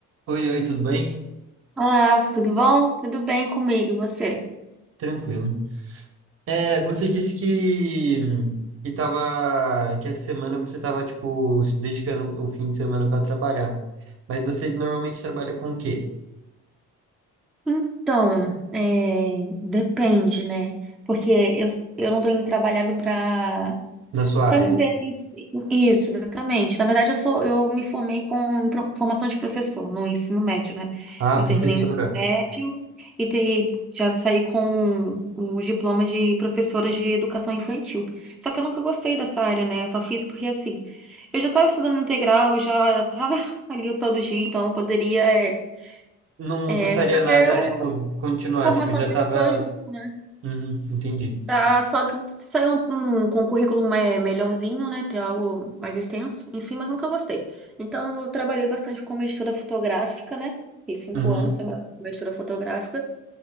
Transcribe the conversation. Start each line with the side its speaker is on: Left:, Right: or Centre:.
Right: Oi, oi, tudo bem?
Centre: Olá, tudo bom? Tudo bem comigo, e você?
Right: Tranquilo. É, você disse que, que tava, que essa semana você estava tipo, se dedicando o fim de semana para trabalhar. Mas você normalmente trabalha com o quê
Centre: Então, é, depende, né? Porque eu, eu não tô indo trabalhando para
Right: na sua
Centre: Para
Right: área?
Centre: uma empresa em si. Isso, exatamente. Na verdade, eu sou, eu me formei com pro- formação de professor no ensino médio, né?
Right: Ah,
Centre: Eu
Right: professora.
Centre: terminei o ensino médio e te- já saí com o diploma de professora de educação infantil. Só que eu nunca gostei dessa área, né? Eu só fiz porque assim, eu já estava estudando integral, eu já estava <laughs> ali todo dia, então eu poderia é,
Right: Não
Centre: é,
Right: custaria
Centre: fazer
Right: nada,
Centre: uma
Right: tipo, continuar,
Centre: formação
Right: tipo, já
Centre: de
Right: estava.
Centre: professor junto, né?
Right: Uhum, entendi.
Centre: Pra só sair um, um- com um currículo me- melhorzinho, né? Ter algo mais extenso, enfim, mas nunca gostei. Então, eu trabalhei bastante com mistura fotográfica, né? Fiquei cinco
Right: Uhum,
Centre: anos trabalhando com mistura fotográfica.